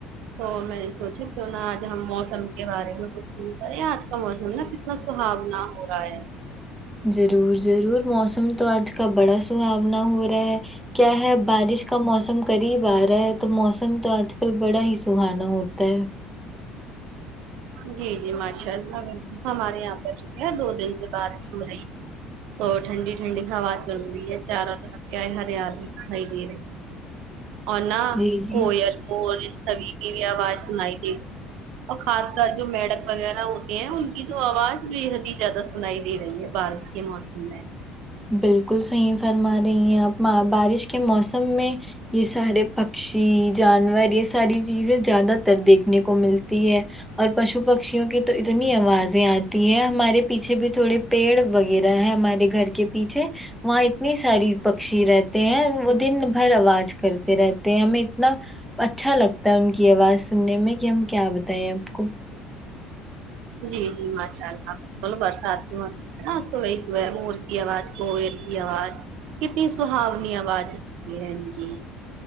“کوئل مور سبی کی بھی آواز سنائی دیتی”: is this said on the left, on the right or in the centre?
Right